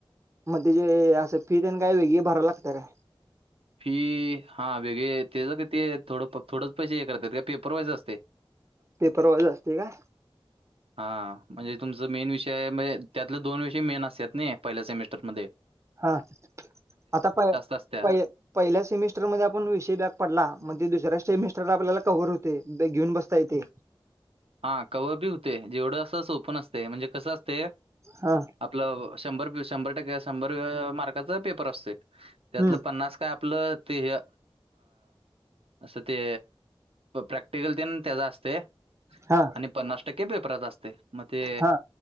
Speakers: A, on the right; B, on the right.
A: मग ते जे असं फी त्यांनी काय वेगळी भरायला लागतं काय
B: फी हा वेगळे तेच का ते थोडं थोडंच पैसे हे करतात का पेपरवाईज असते
A: पेपरवाज असते का
B: हा म्हणजे तुमच मेन विषय म्हणजे त्यातले दोन विषय मेन असतात नाही पहिल्या सेमिस्टरमध्येध्ये
A: हा आता प
B: असते
A: प पहिल्या सेमिस्टर मध्ये आपण विषय बॅग पडला मग ते दुसऱ्या सेमिस्टरला आपल्याला कव्ह होते घेऊन बसता येते
B: हा कवर बी होते जेवढं असं ओपन असते म्हणजे कसं असते
A: हा
B: आपलं शंभर शंभर टक्के शंभर मार्काचं पेपर असते त्यातलं
A: हम्म
B: पन्नास काय आपलं ते अ असं ते प्रॅक्टिकल ते त्याचा असते
A: हा
B: आणि पन्नास टक्के पेपरात असते मग ते
A: हा